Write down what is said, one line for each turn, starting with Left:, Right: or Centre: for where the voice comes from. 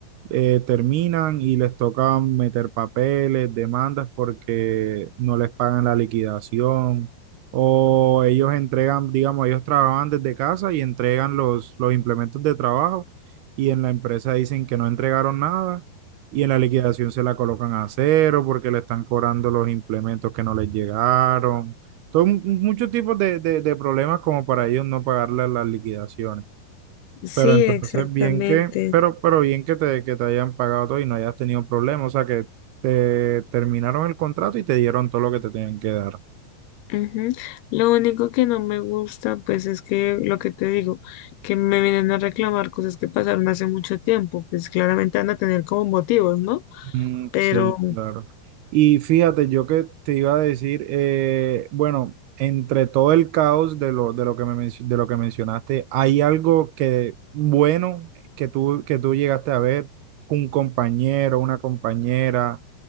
Right: eh, terminan y les toca meter papeles, demandas porque no les pagan la liquidación o ellos entregan, digamos, ellos trabajaban desde casa y entregan los, los implementos de trabajo y en la empresa dicen que no entregaron nada y en la liquidación se la colocan a cero porque le están cobrando los implementos que no les llegaron. Todo, un- muchos tipos de, de de problemas como para ellos no pagarle las liquidaciones.
Left: Sí,
Right: Pero entonces
Left: exactamente.
Right: bien que, pero, pero bien que te, que te hayan pagado todo y no hayas tenido problemas, o sea que te terminaron el contrato y te dieron todo lo que te tenían que dar.
Left: Ujú. Lo único que no me gusta, pues es que lo que te digo, que me vienen a reclamar cosas que pasaron hace mucho tiempo, pues claramente van a tener como motivos, ¿no?
Right: Mm,
Left: Pero...
Right: sí, claro. Y fíjate, yo que te iba a decir, eh, bueno, entre todo el caos de lo, de lo que me, menc- de lo que mencionaste, ¿hay algo que bueno que tú, que tú llegaste a ver? Un compañero, una compañera